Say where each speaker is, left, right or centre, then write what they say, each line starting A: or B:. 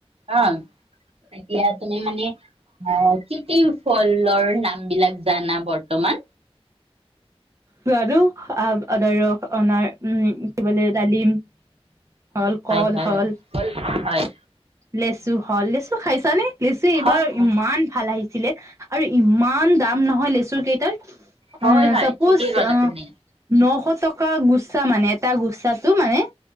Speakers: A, on the right; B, on the right.
A: অ এতিয়া মে মানে আহ ক কি ফলৰ নাম বিলাক জানা বৰ্তমান
B: <unintelligible> অনাৰ উম, <unintelligible> ডালিম হ'ল কল
A: হয়, হয়,
B: হ'ল
A: কল হয়।
B: লেচু হ'লছ খাইছা নে লিচু এইবাৰ
A: হয় হয়
B: ইমান ভাল আহিছ ছিলে আৰু ইমান দাম নহয় লেচ চু কেইটাৰ
A: হয়,
B: এ
A: হয়।
B: চাপ'জ
A: ঠিকেই ক'লা
B: অ
A: তুমি।
B: নশ টকা গুচছা মানে এটা গুচছাটো মানে